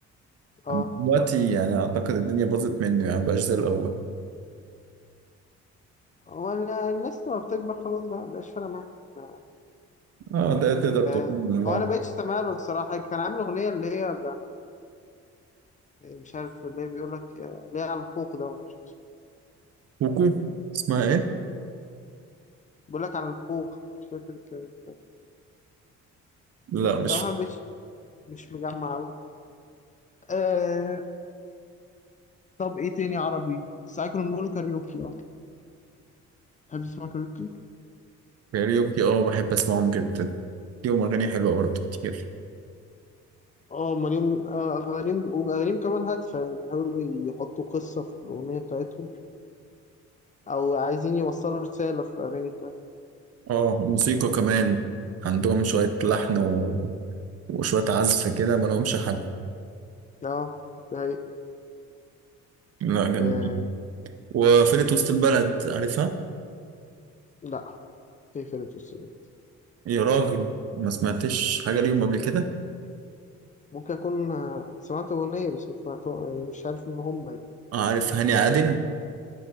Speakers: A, on the left; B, on the right.
A: اه
B: أما دلوقتي يعني أعتقد الدنيا باظت منه يعني ما بقاش زي الأول
A: هو أنا الناس لما بتكبر خلاص بقى مبقاش فارقه معاها ما-
B: اه ده تقدر تقول
A: آه، هو
B: لا.
A: انا بقيتش سامع له الصراحه كان عامل اغنيه اللي هي اللي مش عارف اللي هي بيقول لك آه، اللي هي على الحقوق ده ولا مش عارف
B: كوكو اسمها ايه؟
A: بقول لك على الخوخ مش فاكر كانت
B: لا مش
A: صراحة مش مش مجمع أوي آه طب إيه تاني عربي؟ ساعات كنا بنقول كاريوكي أه تحب تسمع كاريوكي؟
B: كاريوكي اه بحب اسمعهم جدا ليهم اغاني حلوه برضه كتير
A: أه أمال آه أغانيهم وأغانيهم كمان هادفة يعني بيحاولوا يحطوا قصة في الأغنية بتاعتهم أو عايزين يوصلوا رسالة في الأغاني بتاعتهم
B: اه موسيقى كمان عندهم شويه لحن و... وشويه عزف كده ما لهمش حل
A: أه ده هي-
B: لا جميل
A: آه
B: وفرقه وسط البلد عارفها
A: لأ في فرقة السلوك
B: يا راجل ما سمعتش حاجه ليهم قبل كده
A: ممكن أكون آه، سمعت أغنية بس مش سمعتها يعني مش عارف إن هم يعني
B: عارف هاني عادل